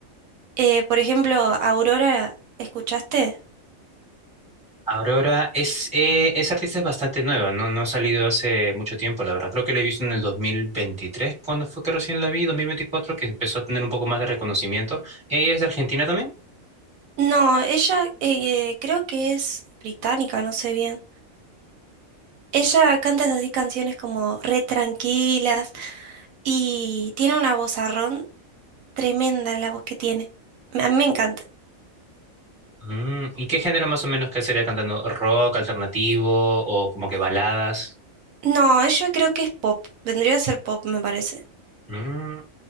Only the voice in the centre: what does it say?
Aurora es, eh, esa artista es bastante nueva, ¿no? No ha salido hace mucho tiempo, la verdad. Creo que la he visto en el 2023, cuando fue que recién la vi, 2024, que empezó a tener un poco más de reconocimiento. ¿Ella es de Argentina también?
Mm, ¿y qué género más o menos que sería cantando? ¿Rock, alternativo o como que baladas?
Mm,